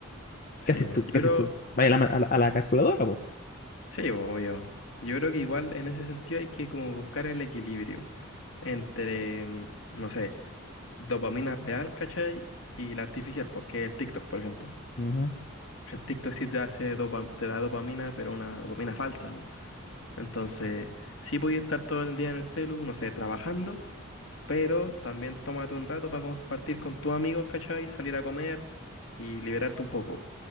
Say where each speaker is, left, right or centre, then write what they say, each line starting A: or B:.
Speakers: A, on the left (about 65°); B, on the left (about 40°).
A: Sí,
B: ¿Qué haces
A: po.
B: tú?
A: Yo
B: ¿Qué
A: creo.
B: haces tú? Vaya a la, ma- a la- a la calculadora, vos.
A: Sí, obvio. Yo creo que igual en ese sentido hay que como buscar el equilibrio entre, mm, no sé, dopamina real, ¿cachai? Y la artificial, porque el TikTok, por ejemplo.
B: Ujú,
A: El TikTok sí te hace dopa- te da dopamina, pero una dopamina falsa, po. Entonces, sí podía estar todo el día en el celu, no sé, trabajando, pero también tómate un rato para compartir con tus amigos, ¿cachai? Salir a comer y liberarte un poco,